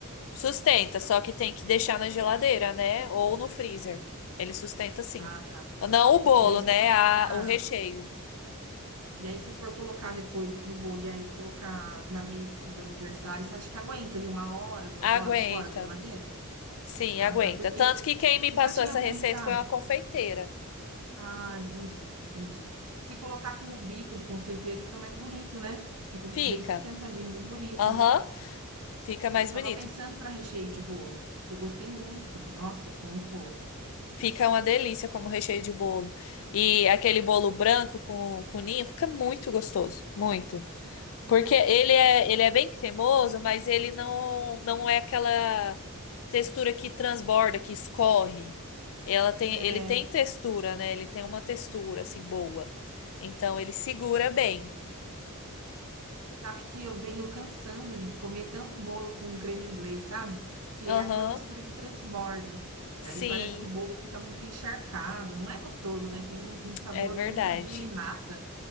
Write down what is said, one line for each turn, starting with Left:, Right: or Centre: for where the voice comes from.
Left: Sustenta, só que tem que deixar na geladeira, né? Ou no freezer. Ele sustenta sim.
Right: Ah, tá.
Left: Não o bolo,
Right: E aí, se
Left: né?
Right: eu for colocar,
Left: A, o recheio.
Right: e aí, se eu for colocar depois no bolo e aí colocar na mesa, assim, do aniversário, você acha que aguenta ali uma hora, duas
Left: Aguenta.
Right: horas fora da geladeira?
Left: Sim,
Right: Ah,
Left: aguenta.
Right: tá. Porque
Left: Tanto
Right: o
Left: que quem me
Right: que
Left: passou
Right: que eu tinha
Left: essa receita
Right: pensado?
Left: foi uma confeiteira.
Right: Ah, entendi, entendi. Se colocar com o bico de confeiteiro fica mais bonito, né? Fica
Left: Fica.
Right: bem sustentadinho, bem bonito,
Left: Aham,
Right: né?
Left: fica mais
Right: Eu tava
Left: bonito.
Right: pensando para recheio de bolo, que eu gostei muito. Nossa, ficou muito boa.
Left: Fica uma delícia como recheio de bolo. E aquele bolo branco com, com ninho fica muito gostoso, muito.
Right: Uhum.
Left: Porque ele é, ele é bem cremoso, mas ele não, não é aquela textura que transborda, que escorre. Ela tem,
Right: É,
Left: ele tem textura, né? Ele tem uma textura assim boa. Então ele segura bem.
Right: você sabe que eu venho cansando de comer tanto bolo com creme inglês, sabe? Que
Left: Aham,
Right: é aquela textura que transborda.
Left: sim,
Right: E aí parece que o bolo fica muito encharcado, não é gostoso, né? Tem um, um sabor
Left: é verdade.
Right: muito de nata.